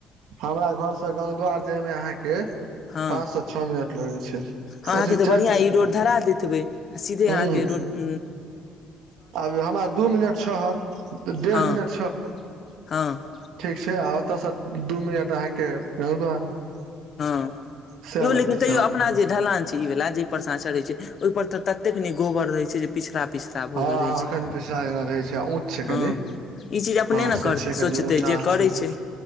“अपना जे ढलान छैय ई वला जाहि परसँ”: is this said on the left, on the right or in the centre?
Left